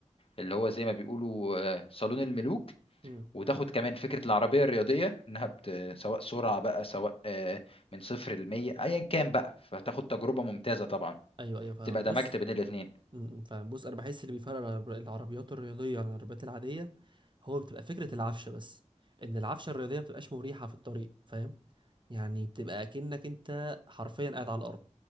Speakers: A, on the left; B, on the right.
A: اللي هو زي ما بيقولوا آه، صالون الملوك
B: مم.
A: وتاخد كمان فكرة العربية الرياضية انها بت... سواء سرعة بقى سواء آه، من صفر لمية ايا كان بقى فتاخد تجربة ممتازة طبعا
B: ايوه ايوه فاهم
A: تبقى
B: بص
A: دمجت بين الاتنين
B: م- فبص انا بحس اللي بيفرق العرب- العربيات الرياضيه عن العربيات العاديه هو بتبقى فكره العفشه بس ان العفشه الرياضيه ما بتبقاش مريحه في الطريق فاهم يعني بتبقى اكنك انت حرفيا قاعد على الارض